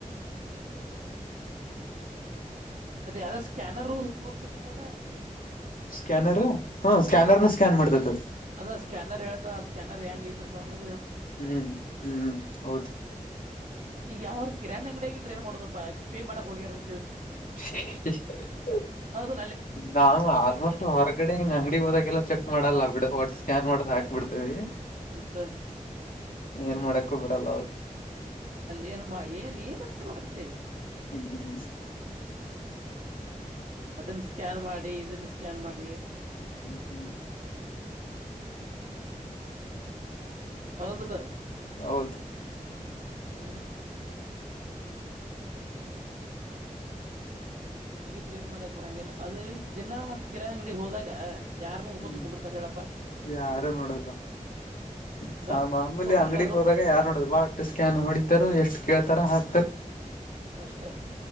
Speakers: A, on the right; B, on the left.
A: ಅದ ಯಾವ್ದ ಸ್ಕ್ಯಾನರು ತೋರ್ಸದ ಅಂತದ
B: ಸ್ಕ್ಯಾನರ್ ಹಾ ಸ್ಕ್ಯಾನರ್ ನ ಸ್ಕ್ಯಾನ್ ಮಾಡ್ತತ
A: ಅದ ಸ್ಕ್ಯಾನರ್ ಹೇಳ್ತ ಆ ಸ್ಕ್ಯಾನರ್ ಹೆ್ಯಾಂಗ್ ಐತೆ ಅಂತ ಅವನು
B: ಹ್ಮ್ ಹ್ಮ್್ಮ್ ಹೌದು
A: ಈಗ ಯಾವ ಕಿರಾಣಿ ಅಂಗಡ ಈ ಡ್ರೈನ್ ಮಾಡಡೋದು ಪೇ ಮಾಡಕಕ್ ಹೋಗ್ಯಾರ
B: <inaudible>
A: ಹೌದು
B: ನಾ್ ಆಲ್ಮೋಸ್ಟ್ ಹೊರಗಡೆ್ ಅಂಗಡಿ ಹೋದಾಗೆಲ್ಲ ಚೆಕ್ ಮಾಡಲ್ಲ ಬಿಡ ಒಟ್ ಸ್ಕ್ಯಾನ್ ಮಾಡ್ದ ಬಿಡ್ತೇವಿ
A: ಮತ್ತ
B: ಏನ್ ಮಾಡಕ್ಕ ಬರಲ್ಲ ಅವ
A: ಅಲ್ಲೇಏನ್ಮ್ಮ ಏನ್ ಏನಂತೆ ಮಾಡ್ದ
B: ಹ್ಮ್್ಮ
A: ಅದನ್ನ ಸ್ಕ್ಯಾನ್ ಮಾಡಿ ಇದನ್ನ ಸ್ಕ್ಯಾನ್ ಮಾಡಿ
B: ಹ್ಮ್ಮ
A: ಹೌದಲ್ಲ
B: ಹೌದು
A: ಹ್ಮ್ ಹಂಗಿದ್ರೆ ಏನ್ ಮಾಡಾಕ್ ಬರ ಹಂಗೆಲ್ಲ ಅದ ದಿನ ಮತ್ ಕಿರಾಣ್ ಅಂಗಡಿಿಗೆ ಹೋದಾಗ ಯಾರನ್ನ ಹುಡ್ಕೋತ
B: ಹ್ಮ್
A: ಕುಂಡಿರ್ತಾರ ಹೇಳಪ್ಪ
B: ಯಾರು ನೋಡಲ್ಲ ಈಗ ಸಮೂಲಿ
A: ಗಪ್ಪ ಹೊಕ್ಕಾರು
B: ಅಂಗಡಿಿಗೆ ಹೋದಾಗ ಯಾರ್ು ನೋಡ ಬಾಟ್ ಸ್ಕ್ಯಾನ್ ಹೊಡಿತಾರ ಎಷ್ಟು ಕೇಳ್ತಾರ ಹಾಗ
A: ಅಷ್ಟ